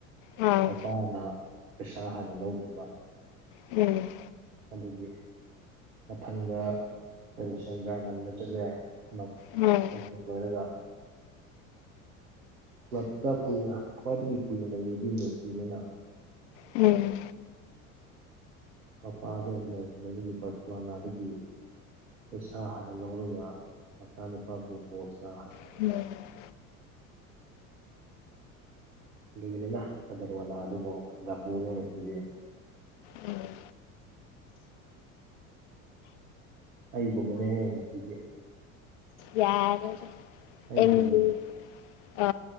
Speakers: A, on the left; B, on the right.
A: ꯑꯥ
B: ꯃꯄꯥꯅ ꯄꯩꯁꯥ ꯍꯥꯟꯅ ꯂꯧꯈꯤꯕ
A: ꯎꯝ
B: ꯑꯗꯨꯒꯤ ꯃꯊꯪꯗ ꯀꯔꯤ ꯁꯦꯟꯖꯥꯃꯟꯗ ꯆꯠꯂꯦ ꯃꯛ
A: ꯎꯝ
B: ꯀꯟꯇ꯭ꯔꯦꯛ ꯂꯣꯢꯔꯒ ꯀ꯭ꯂꯞꯇ ꯀꯨꯏꯅ ꯈ꯭ꯋꯥꯏꯗꯒꯤ ꯀꯨꯏꯅ ꯂꯩꯕꯗꯤ ꯃꯦꯁꯤꯅꯦꯅꯥ
A: ꯎꯝ
B: ꯃꯄꯥꯗꯣ ꯃꯦꯁ ꯁꯅꯥꯕꯒꯤ ꯕꯔꯁꯦꯂꯣꯅꯥꯗꯒꯤ ꯄꯩꯁꯥ ꯍꯥꯟꯅ ꯂꯧꯔꯒ ꯃꯆꯥꯅꯨꯄꯥꯕꯨ ꯄꯣꯁ ꯉꯥꯍꯟ
A: <unintelligible>
B: ꯗꯨꯒꯤꯅꯤꯅꯥ ꯀꯗꯔ ꯋꯥꯂꯥꯗꯨꯕꯣ ꯗꯥꯀꯨꯅꯦ ꯃꯦꯁꯤꯗꯤ
A: ꯎꯝ
B: ꯑꯩꯒꯨꯝꯕꯅꯦꯍꯦ ꯃꯦꯁꯤꯗꯤ
A: ꯌꯥꯔꯦꯗꯥ
B: ꯑꯩꯒꯨꯝꯅ
A: ꯑꯦꯟꯚꯤ ꯑ